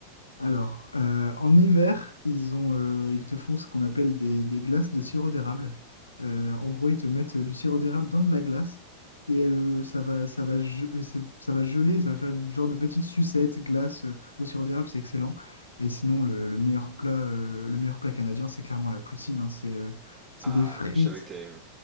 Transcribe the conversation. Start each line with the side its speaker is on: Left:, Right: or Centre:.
Left: Alors, euh, en hiver, ils ont, euh, ils te font ce qu'on appelle des, des glaces de sirop d'érable. Euh, en gros, ils te mettent du sirop d'érable dans de la glace et elle, euh, ça va, ça va, ge- euh, c'est- ça va geler, et ça va faire une genre de petite sucette glace euh, au sirop d'érable, c'est excellent. Et sinon, le, le meilleur plat, euh, le meilleur plat canadien, c'est clairement la poutine. hein. c'est euh, c'est
Right: Ah
Left: des frites,
Right: je savais que t'avais...